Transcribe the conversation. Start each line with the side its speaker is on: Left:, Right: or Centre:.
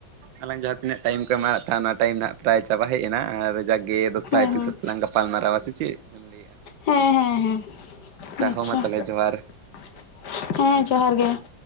Right: ᱟᱞᱟᱝ ᱡᱟᱦᱟᱸ ᱛᱤᱱᱟᱹᱜ ᱴᱟᱭᱤᱢ ᱠᱚ ᱮᱢᱟᱞᱟᱜ ᱛᱟᱦᱮᱸ ᱚᱱᱟ ᱴᱟᱭᱤᱢ ᱦᱟᱸᱜ ᱯᱨᱟᱭ ᱪᱟᱵᱟ ᱦᱮᱡ ᱮᱱᱟ ᱟᱨ ᱡᱟᱠ ᱜᱮ ᱫᱚᱥᱨᱟ
Left: ᱦᱮᱸ
Right: ᱮᱯᱤᱥᱳᱰ ᱞᱟᱝ ᱜᱟᱯᱟᱞ ᱢᱟᱨᱟᱣᱟ ᱥᱮ ᱪᱮᱫ ᱮᱢ ᱞᱟᱹᱭᱮᱜᱼᱟ?
Left: ᱦᱮᱸ ᱦᱮᱸ ᱦᱮᱸ ᱾ ᱟᱪᱪᱷᱟ
Right: ᱦᱳ ᱢᱟ ᱛᱟᱦᱚᱞᱮ ᱡᱚᱦᱟᱨ
Left: ᱾ ᱦᱮᱸ ᱡᱚᱦᱟᱨ ᱜᱮ ᱾